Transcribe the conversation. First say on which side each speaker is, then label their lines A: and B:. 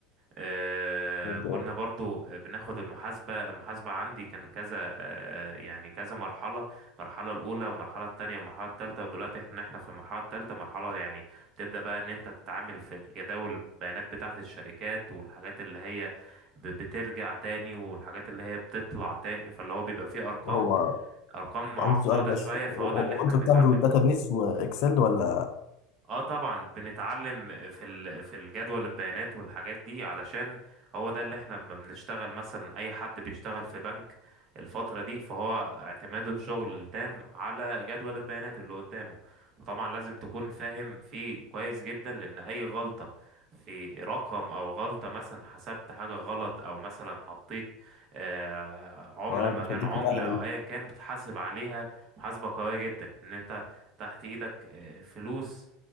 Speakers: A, on the right (about 40°); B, on the left (about 60°).
A: آه،
B: أوكي.
A: كنا برضو بناخد المحاسبة المحاسبة عندي كان كذا آه، يعني كذا مرحلة المرحلة الأولى والمرحلة التانية والمرحلة التالتة ودلوقتي احنا احنا في المرحلة التالتة مرحلة يعني تبدأ بقى ان انت تتعامل في الجداول البيانات بتاعة الشركات والحاجات اللي هي ب- بترجع تاني والحاجات اللي هي بتطلع تاني فاللي هو بيبقى فيه أرقام
B: هو
A: أرقام معقدة
B: عندي سؤال بس
A: شوية فهو
B: هو
A: ده اللي
B: هو
A: احنا
B: انتوا
A: بنتعلمه
B: بتاخدوا الداتابيس واكسل ولا
A: اه طبعا بنتعلم في ال... في الجدول البيانات والحاجات دي علشان هو ده اللي احنا لما بنشتغل مثلا اي حد بيشتغل في بنك الفترة دي فهو اعتماده الشغل التام على جدول البيانات اللي قدامه فطبعا لازم تكون فاهم فيه كويس جدا لان اي غلطة في رقم او غلطة مثلا حسبت حاجة غلط او مثلا حطيت آه، عملة
B: اه
A: مكان
B: بتوديك
A: عملة
B: في داهيه
A: او
B: دي
A: ايا كان بتحاسب عليها محاسبة قوية جدا ان انت تحت ايدك آه، فلوس